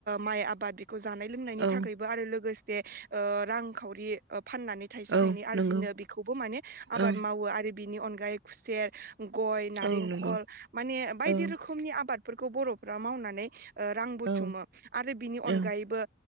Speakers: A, on the right; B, on the right.
A: माइ आबाद जानाय लोंनायनि
B: औ
A: थाखायबो आरो लोगो से ओ रांखावरि फाननानै
B: औ
A: आरजिनो
B: नंगौ
A: बेखौबो माने आबाद
B: औ
A: मावो आरो बिनि अनगायै खुसेर गय नारेंखल
B: औ नंगौ
A: माने बायदि
B: औ
A: रोखोमनि आबाद बेफोरखौ बर'फ्रा मावनानै ओ रां बुथुमो
B: औ
A: आरो बिनि अनगायैबो
B: औ